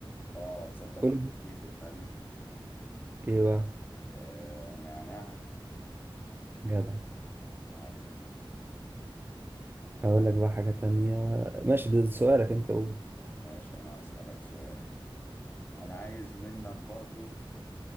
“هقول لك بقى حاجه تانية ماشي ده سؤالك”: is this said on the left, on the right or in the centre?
Right